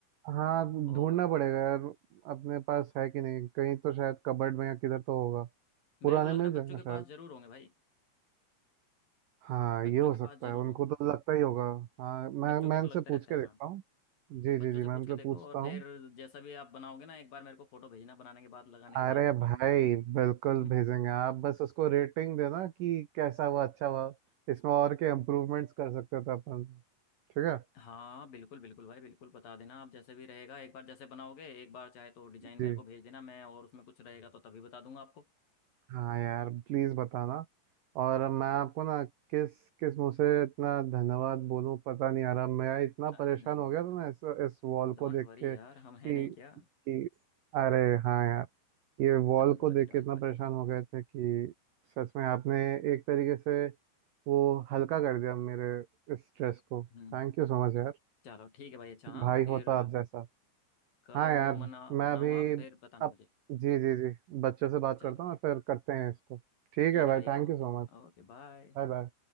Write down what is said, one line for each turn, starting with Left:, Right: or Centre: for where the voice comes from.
Right: हाँ
Left: और
Right: ढूंढना पड़ेगा यार अपने पास है कि नहीं कहीं तो शायद कबर्ड में या किधर तो होगा
Left: मेरे
Right: पुराने
Left: को लग रहा
Right: मिल
Left: है
Right: जाएंगे
Left: बच्चों के
Right: शायद
Left: पास जरूर होंगे भाई
Right: हाँ
Left: बच्चों
Right: ये हो
Left: के
Right: सकता
Left: पास जरूर
Right: है उनको
Left: होंगे
Right: तो लगता ही होगा हाँ मैं
Left: बच्चों को
Right: मैं
Left: तो
Right: इनसे
Left: लगता
Right: पूछ
Left: रहता
Right: के
Left: है हाँ
Right: देखता हूँ जी
Left: बच्चों
Right: जी जी
Left: से पूछ
Right: मैं इनसे
Left: के देखो
Right: पूछता
Left: और फिर
Right: हूँ
Left: जैसा भी आप बनाओगे ना एक बार मेरे को फोटो भेजना बनाने के बाद लगाने के
Right: अरे
Left: बाद
Right: भाई बिल्कुल
Left: <laughs>
Right: भेजेंगे आप बस उसको रेटिंग देना कि कैसा हुआ अच्छा हुआ इसमें और क्या इम्प्रूवमेंट्स कर सकते थे अपन ठीक है
Left: हाँ बिल्कुल बिल्कुल भाई बिल्कुल बता देना आप जैसे भी रहेगा एक बार जैसे बनाओगे एक बार चाहे तो डिजाइन मेरे
Right: जी
Left: को भेज देना मैं और उसमें कुछ रहेगा तो तभी बता दूंगा आपको
Right: हाँ यार प्लीज बताना और
Left: हाँ
Right: मैं आपको ना किस किस मुंह से इतना धन्यवाद बोलूं पता नहीं आ रहा मैं इतना
Left: अरे
Right: परेशान
Left: नहीं नहीं
Right: हो गया
Left: यार
Right: था ना इस इस वॉल
Left: डोंट
Right: को देख
Left: वरी
Right: के
Left: यार
Right: कि
Left: हम हैं नहीं क्या
Right: कि अरे हाँ यार ये वॉल
Left: Don't worry
Right: को देख
Left: don't
Right: के इतना
Left: worry
Right: परेशान हो गए थे कि सच में आपने एक तरीके से वो हल्का कर दिया मेरे इस स्ट्रेस को
Left: Hmm
Right: थैंक यू सो मच यार
Left: चलो ठीक है भाई अच्छा हाँ
Right: भाई
Left: फिर
Right: होता आप जैसा
Left: करो
Right: हाँ यार
Left: मना
Right: मैं
Left: बनाओ
Right: अभी
Left: आप फिर बताना
Right: अब
Left: मुझे
Right: जी जी जी बच्चों से बात
Left: चलो
Right: करता हूँ और फिर करते हैं इसको ठीक
Left: ठीक
Right: है
Left: है
Right: भाई
Left: भाई
Right: thank
Left: ओके
Right: you so much
Left: Okay bye
Right: Bye bye